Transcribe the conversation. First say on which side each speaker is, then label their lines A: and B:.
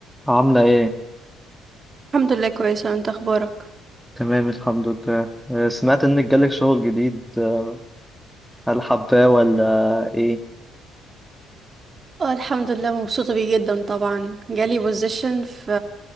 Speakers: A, in the centre; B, on the right.
A: عاملة ايه؟
B: الحمد لله كويسة انت اخبارك
A: تمام الحمد لله آه، سمعت انك جالك شغل جديد آه، هل حباه ولا ايه؟
B: اه الحمد لله مبسوطة بيه جدا طبعا جالي بوزيشن في